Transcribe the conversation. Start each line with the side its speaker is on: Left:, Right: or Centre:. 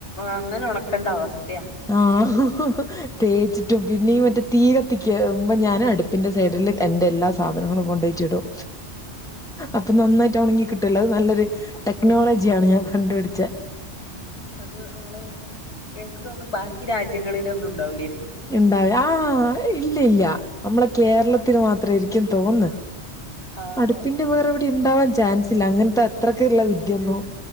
Left: അങ്ങനെ ഉണക്കേണ്ട അവസ്ഥയ
Centre: ആഹ് തേച്ചിട്ടും പിന്നെ മറ്റേ തീ കത്തിക്ക് മ്മ ഞാൻ അടു പിന്നെ സൈഡിൽ എൻ്റെ എല്ലാ സാധനങ്ങളും കൊണ്ടേയിട്ട് ഇടും. അപ്പൊ നന്നായിട്ട് ഉണങ്ങി കിട്ടൂലോ അത് നല്ലൊരു ടെക്നോളജിയാണ്
Left: അത്
Centre: ഞാൻ കണ്ടുപിടിച്ച
Left: അത് നമ്മള് എനിക്ക് തോന്നുന്നു ബാക്കി രാജ്യങ്ങളിലൊന്നും ഉണ്ടാവിലെ
Centre: ഉണ്ടാവ ആഹ് ഇല്ല ഇല്ല നമ്മളെ കേരളത്തിന് മാത്ര ആയിരിക്കും തോന്നന്ന്
Left: അതെ
Centre: അടുപ്പിന്റെ വേറെ ടിണ്ടാവാൻ ചാൻസ് ഇല്ല അങ്ങനത്തെ എത്രൊക്ള്ള വിദ്യൊന്നും